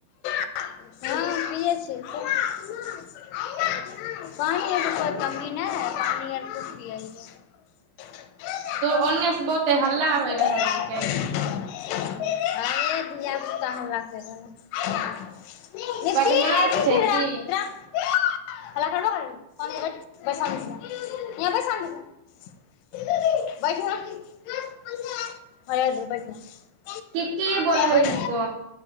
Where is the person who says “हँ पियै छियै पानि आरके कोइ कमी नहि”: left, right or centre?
Left